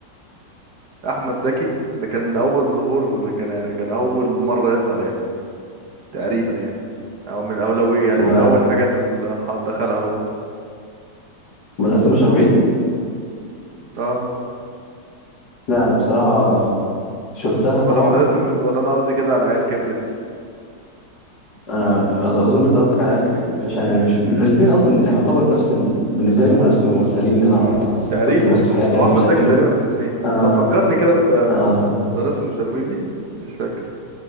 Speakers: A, on the right; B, on the left.
A: احمد زكي ده كان من اول ظهور كان يعني كان اول مره يظهر يعني تقريبا يعني او من اولويه يعني
B: ثم
A: من اول حاجات اللي دخلها هو
B: مدرسه المشاغبين
A: اه
B: لا انا بصراحه شفتها طبعا
A: ولا مدرسه م... ولا انا قصدي كده على عيال كبرت
B: انا أظ- اظن انت قصدك على العيال الك- مش يعني مش الاثنين اصلا يعني يعتبر نفس ال... بالنسبه لي هم نفس الممثلين انا
A: امم
B: اصلا
A: تقريبا
B: في المسرحيات يعني
A: هو احمد
B: مش قد
A: زكي
B: كده
A: تقريبا في الاثنين
B: آه
A: طب فكرني كده بمدرسه
B: آه
A: المشاغبين دي عشان مش فاكر